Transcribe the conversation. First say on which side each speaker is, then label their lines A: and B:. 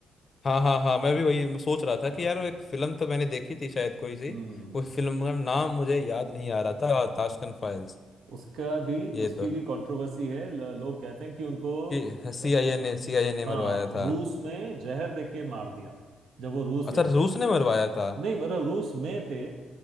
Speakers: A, on the left; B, on the right.
A: हाँ हाँ हाँ मैं भी वही सोच रहा था
B: हाँ
A: कि यार वो एक फिल्म तो मैंने देखी थी शायद कोई सी
B: हम्म
A: उस फिल्म का नाम मुझे याद नहीं आ रहा था
B: हाँ
A: ताशकंद फाइल्स
B: उसका भी
A: ये
B: उसकी
A: तो
B: भी कंट्रोवर्सी है ल- लोग कहते हैं कि उनको
A: कि सी
B: अ,
A: आई ए ने सी आई ए ने
B: हाँ
A: मरवाया था
B: रूस में जहर दे के मार दिया जब वो रूस
A: अच्छा
B: गए
A: रूस
B: थे
A: ने मरवाया था
B: नहीं मतलब रूस में थे